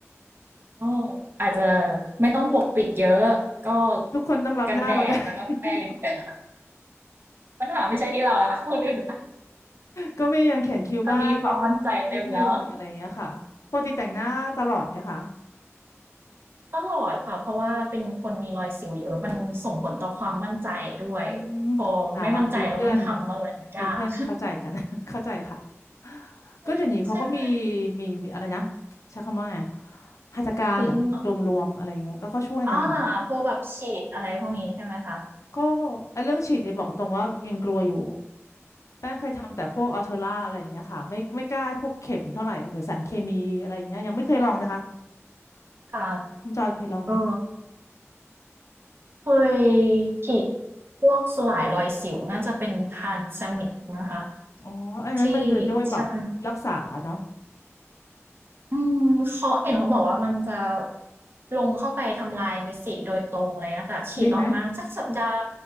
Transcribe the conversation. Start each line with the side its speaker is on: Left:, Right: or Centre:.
Right: ก็อาจจะไม่ต้องปกปิดเยอะก็
Left: ทุกคนต้องรับหน้าเราได้
Right: กันแดดแล้วก็แปรง
Left: <laughs>
Right: <laughs> ปัญหาไม่ใช่ที่เราละคนอื่นละ
Left: ก็มียังเขียนคิ้วบ้างแบบ
Right: ตอนนี้ความมั่นใจเต็มแล้ว
Left: นิดนึงอะไรอย่างเงี้ยค่ะปกติแต่งหน้าตลอดไหมคะ
Right: ต้องหลอดค่ะเพราะว่าเป็นคนมีรอยสิวเยอะมันส่งผลต่อความมั่นใจด้วย
Left: อืม
Right: พอไม่มั่นใจแล้วมันทำอะไรยาก
Left: ตายละมีเพื่อนมีเพื่อนเข้าใจกัน <laughs> เข้าใจค่ะก็เดี๋ยวนี้เขาก็มี
Right: <laughs> ใช่ไหม
Left: มีมีอะไรนะใช้คำว่าไงหัตถการเหรอรวมๆอะไรอย่างเงี้ยก็ก็ช่วยนะคะ
Right: ทิ้งเหรอคะอ่าพวกแบบฉีดอะไรพวกนี้ใช่ไหมคะ
Left: ก็ไอ้เรื่องฉีดเนี่ยบอกตรงว่ายังกลัวอยู่แป้งเคยทำแต่พวกอัลเทอร่าอะไรอย่างเงี้ยค่ะไม่ไม่กล้าพวกเข็มเท่าไหร่หรือสารเคมีอะไรอย่างเงี้ยยังไม่เคยลองนะคะ
Right: ค่ะ
Left: คุณจอยเคยลองไหม
Right: ก็เคยฉีดพวกสลายรอยสิวน่าจะเป็นทานซามิกนะคะ
Left: อ๋ออันนั้นมันเป็นด้วยแบบรักษาเนาะ
Right: ที่ใช่อืมเขาเห็นเขาบอกว่ามันจะลงเข้าไปทำลายเม็ดสีโดยตรงอะไรเงี้ยแต่ฉีดออกมาสักสัปดาห์
Left: ดีไหม